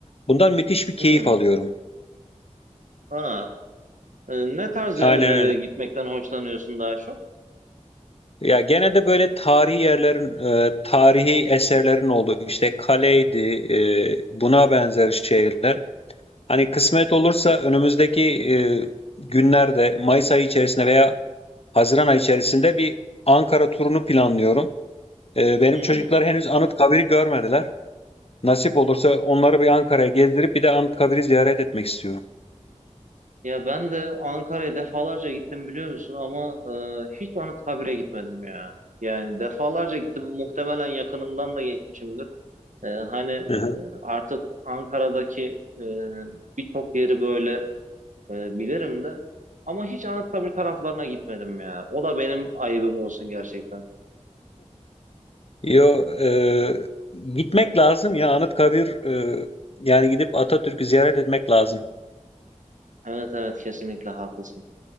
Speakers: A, on the left; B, on the right.
A: Bundan müthiş bir keyif
B: Hmm.
A: alıyorum.
B: Ha. E, ne tarz yerlere
A: Aynen öyle.
B: gitmekten hoşlanıyorsun daha çok?
A: Ya genelde böyle tarihi yerlerin, e, tarihi eserlerin olduğu işte kaleydi, e, buna benzer şeyler. Hani kısmet olursa önümüzdeki e, günlerde Mayıs ayı içerisinde veya Haziran ayı içerisinde bir Ankara turunu planlıyorum. E, benim
B: Hmm.
A: çocuklar henüz Anıtkabir'i görmediler. Nasip olursa onları bir Ankara'ya gezdirip bir de Anıtkabir'i ziyaret etmek istiyorum.
B: Ya ben de Ankara'ya defalarca gittim biliyor musun ama e, hiç Anıtkabir'e gitmedim ya. Yani defalarca gittim muhtemelen yakınından da geçmişimdir. Ee, hani
A: Hı hı.
B: Artık Ankara'daki e, birçok yeri böyle e, bilirim de ama hiç Anıtkabir taraflarına gitmedim ya. O da benim ayıbım olsun gerçekten.
A: Yo, eee, gitmek lazım ya Anıtkabir eee, yani gidip Atatürk'ü ziyaret etmek lazım.
B: Evet evet kesinlikle haklısın.